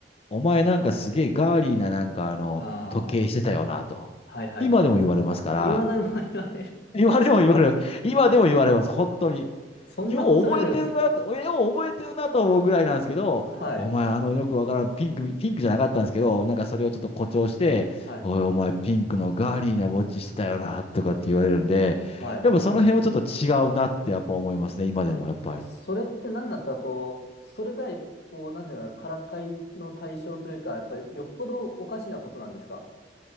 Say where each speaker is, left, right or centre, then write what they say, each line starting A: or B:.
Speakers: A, on the left; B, on the left.
A: お前なんかすげえガーリーななんかあの、
B: ああ、
A: 時計してたよなと。
B: はいはいはいはい。
A: 今でも言われますから、
B: 未だに言われる。
A: 今でも言われます。今でも言われます。本当に。
B: そんなこすられるんです。
A: よう覚えてるなと、よう覚えてるなと思うぐらいなんですけど、
B: はい、
A: お前あのよくわからんピンク、ピンクじゃなかったんですけど、なんかそれをちょっと誇張して、
B: はい、
A: おいお前ピンクのガーリーなウォッチしてたよなとかって言われるんで、
B: はい。
A: やっぱその辺はちょっと違うなってやっぱ思いますね、今でもやっぱり。
B: それって何なんですかこう、それが、こう、なんていうか、からかいの対象というか、やっぱりよっぽどおかしなことなんですか